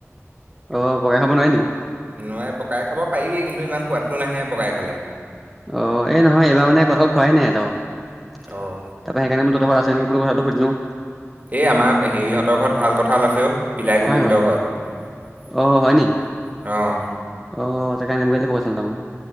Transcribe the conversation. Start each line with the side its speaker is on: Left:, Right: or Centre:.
Centre: অ', পকাই খাব নোৱাৰে নেকি?
Right: নোৱাৰে পকাই খাব পাৰিবি কিন্তু ইমান সোৱাদটো নাহে পকাই খালে।
Centre: অ', এ নহয় এইবাৰ মানে কঁঠাল খোৱাই নাই এটাও তাৰ
Right: অঁ
Centre: পৰা সেইকাৰণে মই তঁহতৰ ঘৰত আছে <unintelligible> সুধিলো
Right: এ আমাৰ হেৰিহঁতৰ ঘৰত ভাল কঁঠাল আছে অ। পিলাই গোবিন্দ
Centre: কাৰ ঘৰত?
Right: হঁতৰ
Centre: অ' হয় নি?
Right: ঘৰত অ',
Centre: অ', তাকেই আনিবগৈ লাগিব আচলতে মই।